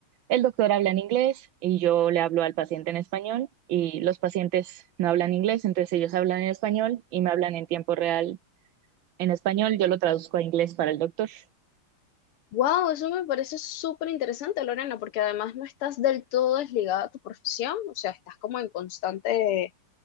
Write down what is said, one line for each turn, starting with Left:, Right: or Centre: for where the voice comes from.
Right: El doctor habla en inglés y yo le hablo al paciente en español y los pacientes no hablan inglés, entonces ellos hablan en español y me hablan en tiempo real en español. Yo lo traduzco a inglés para el doctor.
Left: Wow, eso me parece súper interesante, Lorena, porque además no estás del todo desligada a tu profesión, o sea, estás como en constante